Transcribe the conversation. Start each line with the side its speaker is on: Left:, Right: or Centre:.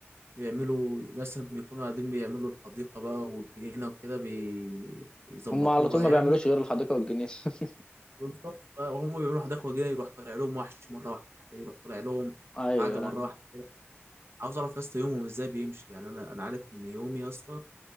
Right: بيعملوا مثلا بيكونوا قاعدين بيعملوا الحديقة بقى والجنينة وكده بي... بيظبطوها
Left: هم على طول ما
Right: يعني
Left: بيعملوش غير الحديقة والجنينة <laughs>
Right: بالظبط بقى وهم بيعملوا حديقة وجنينة يروح طالع لهم وحش مرة واحدة يروح طالع لهم
Left: ايوه
Right: حاجة
Left: أيوة.
Right: مرة واحدة كده عاوز اعرف يا اسطى يومهم ازاي بيمشي يعني انا انا عارف ان يومي يا اسطى